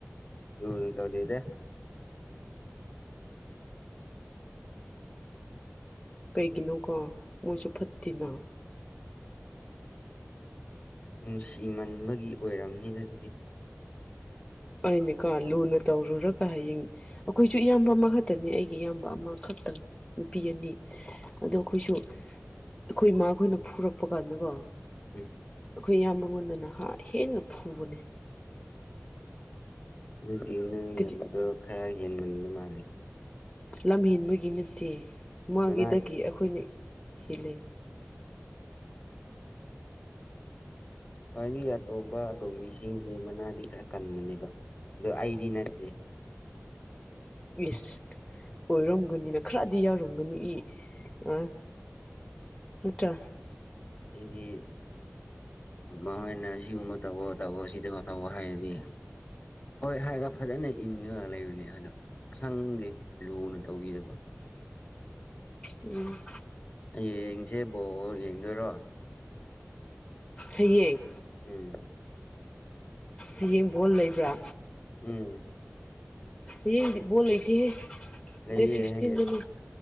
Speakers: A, on the left (about 35°); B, on the left (about 15°).
A: ꯌ ꯏꯟ ꯆꯧꯗꯤ ꯏꯗꯦ
B: ꯀꯩꯒꯤꯅꯣꯀꯣ ꯃꯣꯏꯁꯨ ꯐꯠꯇꯦꯅ
A: ꯅꯨꯡꯁꯤꯃꯟꯕꯒꯤ ꯑꯣꯏꯔꯝꯅꯤꯅ ꯑꯗꯨꯗꯤ
B: ꯑꯅꯤꯀꯣ ꯂꯨꯅ ꯇꯧꯔꯨꯔꯒ ꯍꯌꯦꯡ ꯑꯩꯈꯣꯏꯁꯨ ꯏꯌꯥꯝꯕ ꯑꯃꯈꯛꯇꯅꯤ ꯑꯩꯒꯤ ꯏꯌꯥꯝꯕ ꯑꯃꯈꯛꯇꯪ ꯅꯨꯄꯤ ꯑꯅꯤ ꯑꯗꯣ ꯑꯩꯈꯣꯏꯁꯨ ꯑꯩꯈꯣꯏ ꯏꯃꯥꯈꯣꯏꯅ ꯐꯨꯔꯛꯄ ꯀꯥꯟꯗꯀꯣ ꯑꯩꯈꯣꯏ
A: ꯎꯝ
B: ꯏꯌꯥꯝꯕꯉꯣꯟꯗꯅ ꯍ ꯍꯦꯟꯅ ꯐꯨꯕꯅꯦ
A: ꯑꯗꯨꯗꯤ ꯅꯣꯏ
B: ꯀꯔꯤ
A: ꯏꯌꯥꯝꯕꯗꯣ ꯈꯔ ꯍꯦꯟꯃꯟꯕ ꯃꯥꯜꯂꯦ
B: ꯂꯝ ꯍꯦꯟꯕꯒꯤ ꯅꯠꯇꯦ ꯃꯥꯉꯦꯗꯒꯤ
A: ꯃꯅꯥ
B: ꯑꯩꯈꯣꯏꯅ ꯍꯦꯜꯜꯂꯤ
A: ꯈ꯭ꯋꯥꯏꯗꯤ ꯑꯇꯣꯝꯕ ꯑꯇꯣꯝꯕꯤꯁꯤꯡꯁꯦ ꯃꯅꯥꯗꯤ ꯈꯔ ꯀꯟꯕꯅꯦꯕ ꯑꯗꯣ ꯑꯩꯗꯤ ꯅꯠꯇꯦ
B: ꯏꯁ ꯑꯣꯏꯔꯝ ꯒꯅꯤꯅ ꯈꯔꯗꯤ ꯌꯥꯎꯔꯝꯒꯅꯤ ꯏ ꯑ ꯅꯠꯇ꯭ꯔ
A: ꯑꯩꯗꯤ ꯃꯈꯣꯏꯅ ꯁꯤꯒꯨꯝꯕ ꯇꯧꯧꯕꯣ ꯇꯧꯧꯕ ꯁꯤꯗ ꯇꯧꯕ ꯍꯥꯏꯔꯗꯤ ꯍꯣꯏ ꯍꯥꯏꯔꯒ ꯐꯖꯅ ꯏꯟꯉꯒ ꯂꯩꯕꯅꯦ ꯑꯅ ꯁꯪꯗꯤꯦ ꯂꯨꯅ ꯇꯧꯕꯤꯗꯕ
B: ꯎꯝ
A: ꯌꯦꯌꯦꯡꯁꯦꯕꯣ ꯌꯦꯡꯗꯣꯏꯔꯣ
B: ꯍꯩꯌꯦ
A: ꯎꯝ
B: ꯍꯌꯦꯡꯕꯣꯜ ꯂꯩꯕ꯭ꯔꯥ
A: ꯎꯝ
B: ꯍꯌꯦꯗꯤ ꯕꫭꯜ ꯂꯩꯇꯦꯍꯦ
A: ꯂꯩꯌꯦ
B: ꯗꯦꯠ ꯐꯤꯐꯇꯤꯟꯗꯅꯤ
A: ꯍꯌꯦꯡ